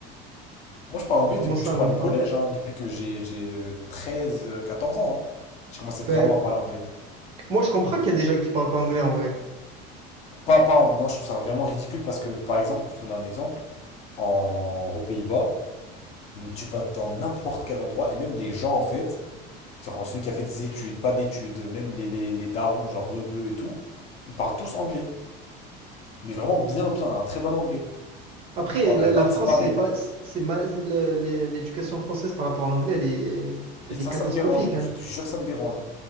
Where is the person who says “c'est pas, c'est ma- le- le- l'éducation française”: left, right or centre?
Right